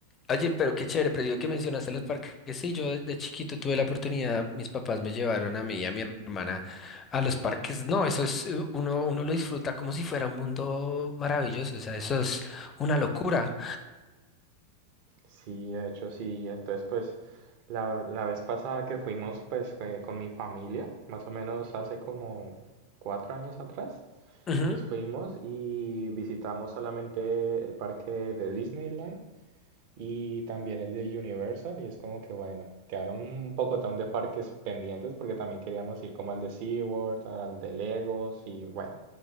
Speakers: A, on the left; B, on the right.
A: Oye, pero qué chévere, pero yo que mencionaste los parques, sí, yo de chiquito tuve la oportunidad, mis papás me llevaron a mí y a mi hermana a los parques. No, eso es, eh, uno, uno lo disfruta como si fuera un mundo maravilloso, o sea, eso es una locura.
B: Sí, de hecho sí. Entonces, pues, la, la vez pasada que fuimos, pues, eh, con mi familia, más o menos hace como cuatro años atrás,
A: Ujú.
B: pues fuimos y visitamos solamente el parque de Disneyland y también el de Universal y es como que, bueno, quedaron un pocotón de parques pendientes porque también queríamos ir como al de SeaWorld, al de Legos y bueno.